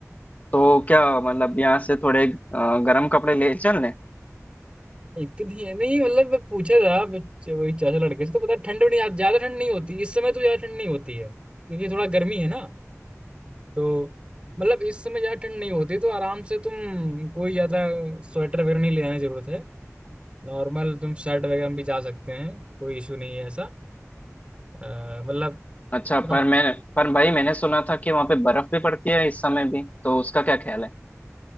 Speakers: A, on the left; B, on the right.
A: तो क्या मतलब यहाँ से थोड़े अ, गर्म कपड़े ले चलें
B: एक नहीं है नहीं मतलब मैं पूछा था बच्चे- वही चाचा लड़के से तो पता है, ठंड भी नहीं ज्यादा ठंड नहीं होती इस समय तो ज्यादा ठंड नहीं होती है क्योंकि थोड़ा गर्मी है ना तो मतलब इस समय ज्यादा ठंड नहीं होती तो आराम से तुम कोई ज्यादा स्वेटर वगैरह नहीं ले जाने की जरूरत है नॉर्मल तुम शर्ट वगैरह में भी जा सकते हैं कोई इशू नहीं है ऐसा अ, मतलब
A: अच्छा
B: उतना-
A: पर मैं पर भाई मैंने सुना था कि वहां पे बर्फ भी पड़ती है इस समय भी तो उसका क्या ख्याल है